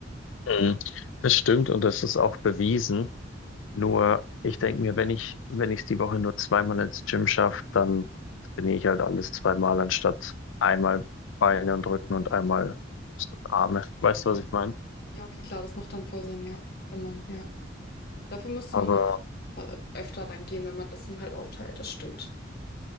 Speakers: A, on the left; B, on the left.
A: Mhm. Das stimmt und das ist auch bewiesen. Nur, ich denke mir, wenn ich, wenn ich es die Woche nur zweimal ins Gym schaffe, dann trainiere ich halt alles zweimal, anstatt einmal Beine und Rücken und einmal Brust und Arme. Weißt du, was ich meine?
B: Ja, okay, klar, das macht dann voll Sinn, ja. Wenn man, ja. Dafür müsste
A: Aber,
B: man dann schon ver- öfter dann gehen, wenn man das dann halt aufteilt, das stimmt.